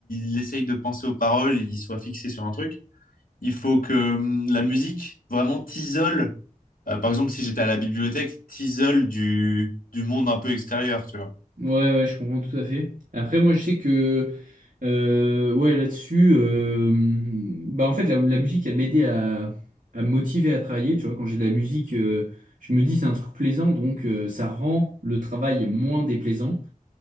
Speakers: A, on the left (about 85°); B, on the right (about 70°).
A: il essaye de penser aux paroles, il soit fixé sur un truc. Il faut que hum, la musique vraiment t'isole. Euh, par exemple, si j'étais à la bibliothèque, t'isole du, du monde un peu extérieur, tu vois.
B: Ouais, ouais, je comprends tout à fait. Après, moi, je sais que, euh, ouais, là-dessus, euh, bah, en fait, la, la musique, elle m'aidait à, à me motiver à travailler. Tu vois, quand j'ai de la musique, euh, je me dis, c'est un truc plaisant, donc euh, ça rend le travail moins déplaisant.